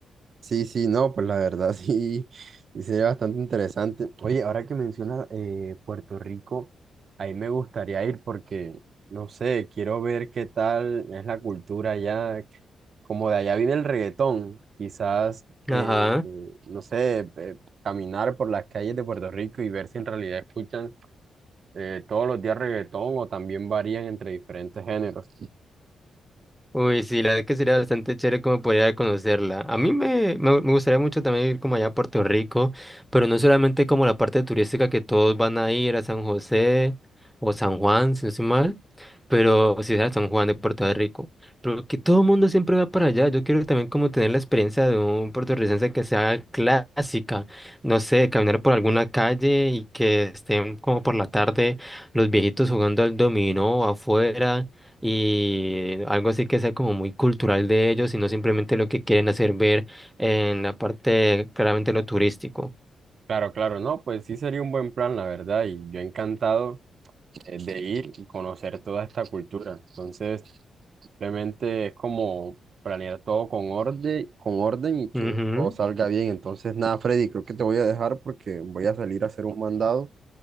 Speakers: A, on the right; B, in the centre.
A: Sí, sí, no, pues la verdad <laughs> sí, sí sería bastante interesante. Oye, ahora que mencionas eh, Puerto Rico, ahí me gustaría ir porque, no sé, quiero ver qué tal es la cultura allá, como de allá viene el reggaetón, quizás, eh,
B: Ajá.
A: no sé, eh, caminar por las calles de Puerto Rico y ver si en realidad escuchan eh, todos los días reggaetón o también varían entre diferentes géneros.
B: Uy, sí, la verdad que sería bastante chévere como poder conocerla. A mí me, me, me gustaría mucho también ir como allá a Puerto Rico, pero no solamente como la parte turística que todos van a ir a San José o San Juan, si no estoy mal, pero o si sea San Juan de Puerto Rico. Pero que todo el mundo siempre va para allá. Yo quiero también como tener la experiencia de un puertorricense que sea clásica, no sé, caminar por alguna calle y que estén como por la tarde los viejitos jugando al dominó afuera y algo así que sea como muy cultural de ellos y no simplemente lo que quieren hacer ver en la parte claramente lo turístico.
A: Claro, claro, no, pues sí sería un buen plan, la verdad, y yo encantado. eh, de ir y conocer toda esta cultura. Entonces, simplemente es como planear todo con orden, con orden y que
B: Ujú,
A: todo salga bien. Entonces, nada, Freddy, creo que te voy a dejar porque voy a salir a hacer un mandado.